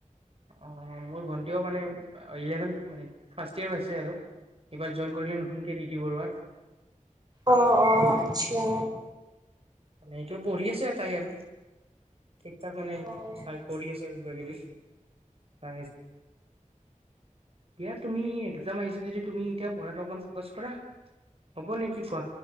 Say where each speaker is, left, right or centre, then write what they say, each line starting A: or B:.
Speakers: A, on the right; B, on the right.
A: অঁ মোৰ ভণ্টিও মানে ইলেভেন মানে ফাৰ্ষ্ট ইয়েৰ পাইছে আৰু। এইবাৰ জইন কৰিলে নতুনকে দিটি বৰুৱাত।
B: অহ-অহ
A: উম,
B: আচ্ছা।
A: উম, উম, মানে এইটো পঢ়ি আছে এটাই আৰু। ঠিক থাক মানে
B: অ',
A: কৰি আছে কিবা-কিবি। আ দিয়া তুমি একজাম আহিছ য তুমি এতিয়া পঢ়াটো অকমান ফকাচ কৰা। হ'ব নে কি কোৱা?